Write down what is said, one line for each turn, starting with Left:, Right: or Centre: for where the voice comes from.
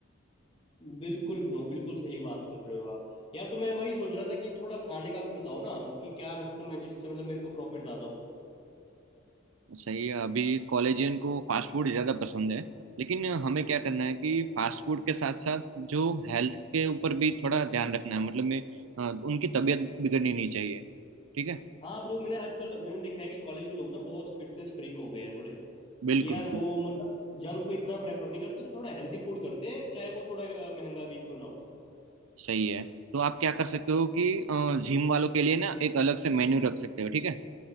Left: बिल्कुल ब्रो बिल्कुल सही बात कर रहे हो आप यार तो मैं वही सोच रहा था कि थोड़ा खाने का भी बताओ ना कि क्या रखूं मैं जिससे मतलब मेरे को प्रॉफिट ज़्यादा हो
Right: सही है अभी कॉलेजियन को फास्ट फूड ज़्यादा पसंद है लेकिन हमें क्या करना है कि फास्ट फूड के साथ साथ जो हेल्थ के ऊपर भी थोड़ा ध्यान रखना है मतलब में अ, उनकी तबीयत बिगड़नी नहीं चाहिए ठीक है
Left: हाँ ब्रो मैंने आजकल मैंने देखा है कि कॉलेज के लोग ना बहुत फिटनेस फ्रीक हो गए हैं थोड़े कि
Right: बिल्कुल
Left: यार वो मतलब जंक इतना प्रेफर नहीं करते थोड़ा हेल्दी फूड करते हैं चाहे वो थोड़ा अ, महंगा भी क्यों ना हो
Right: सही है तो आप क्या कर सकते हो कि जिम वालों के लिए ना एक अलग से मेन्यू रख सकते हो ठीक है